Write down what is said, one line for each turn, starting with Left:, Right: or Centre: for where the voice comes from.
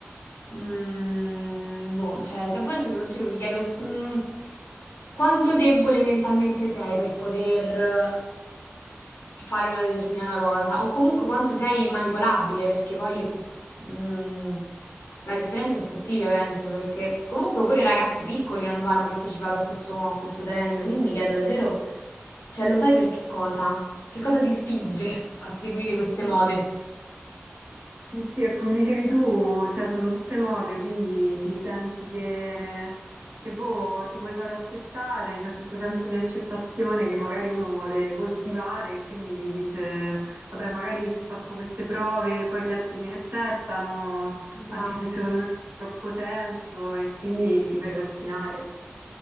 Left: mm, boh, cioè, a volte te lo giuro, mi chiedo, mm, quanto debole mentalmente sei per poter fare una determinata cosa o comunque quanto sei manipolabile, perché poi mm, la differenza è sottile, penso, perché comunque pure i ragazzi piccoli hanno, hanno partecipato a questo, a questo trend, quindi mi chiedo davvero, cioè lo fai per che cosa? Che cosa ti spinge a seguire queste mode?
Right: Sì, e come dicevi tu, cioè, sono tutte mode, quindi ti senti che, che, boh, ti vuoi far accettare, c'è questo senso di accettazione che magari uno vuole coltivare, e quindi dice, vabbè, magari se faccio queste prove poi gli altri mi accettano,
Left: Esatto.
Right: anche se secondo me non ha troppo senso, e quindi ti fai trascinare,